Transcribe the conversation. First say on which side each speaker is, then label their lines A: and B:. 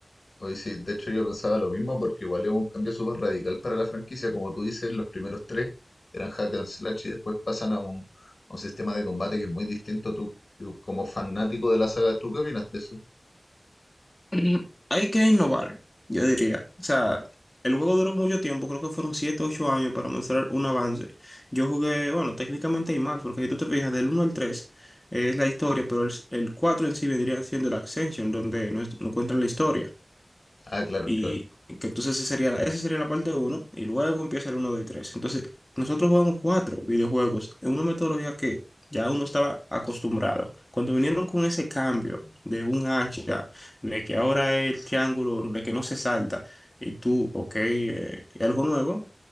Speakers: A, on the left (about 70°); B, on the left (about 25°).
A: Oye, sí, de hecho yo pensaba lo mismo porque igual es un cambio súper radical para la franquicia. Como tú dices, los primeros tres eran hack and slash y después pasan a un, a un sistema de combate que es muy distinto. Tú, tú como fanático de la saga, ¿tú qué opinas de eso?
B: Ujú. Hay que innovar, yo diría. O sea, el juego duró mucho tiempo, creo que fueron 7 o 8 años para mostrar un avance. Yo jugué, bueno, técnicamente hay más, porque si tú te fijas, del uno al 3 eh, es la historia, pero el, el 4 en sí vendría siendo la Ascension, donde no, es- no cuentan la historia.
A: Ah, claro,
B: Y
A: claro,
B: que entonces esa sería la, esa sería la parte uno y luego empieza el uno 2 y tres Entonces, nosotros jugamos cuatro videojuegos en una metodología que ya uno estaba acostumbrado. Cuando vinieron con ese cambio de un hacha, de que ahora es el triángulo, de que no se salta, y tú, ok, eh, es algo nuevo,